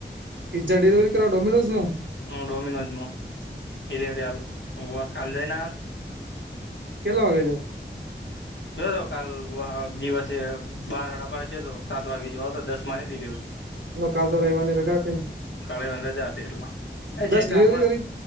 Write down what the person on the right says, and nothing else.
પિઝ્ઝા ડિલિવરી કરાવા ડોમિનોઝ મા
કેટલા વાગે જો.
હ કાલ તો રવવાની રજા હતી ન.
દસ
ડિલિવરી
કરી